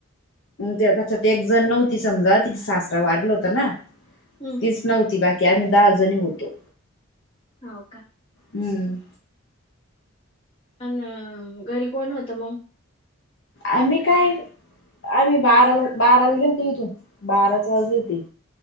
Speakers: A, on the left; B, on the left.
A: त्याच्यात एक जण नव्हती समजा तिथ सासरा वारला होता ना.
B: हम्म
A: तीच नव्हती बाकी आम्ही दहा जणी होतो.
B: होव का?
A: हम्म.
B: अनं घरी कोण होत मंग?
A: आम्ही काय. आम्ही बाराला बाराला गेलतो इथून बाराच वाजले होते.